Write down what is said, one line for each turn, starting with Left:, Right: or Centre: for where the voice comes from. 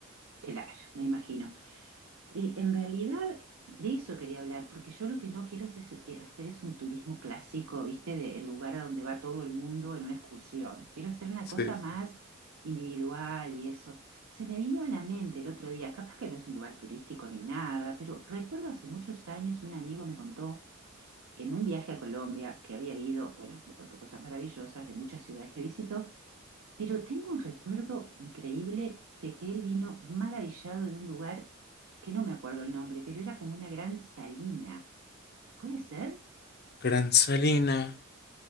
Right: claro, me imagino. Eh, en realidad, de eso quería hablar, porque yo lo que no quiero es- es- eh, hacer es un turismo clásico, ¿viste? De, el lugar a donde va todo el mundo en una excursión. Quiero hacer una
Left: Sí.
Right: cosa más
Left: sí.
Right: individual y eso. Se me vino a la mente el otro día, capaz que no es un lugar turístico ni nada, pero recuerdo hace muchos años un amigo me contó en un viaje a Colombia que había ido, bueno, me contó cosas maravillosas de muchas ciudades que visitó, pero tengo un recuerdo increíble de que él vino maravillado de un lugar que no me acuerdo el nombre, pero era como una gran salina. ¿Puede ser?
Left: Gran Salina.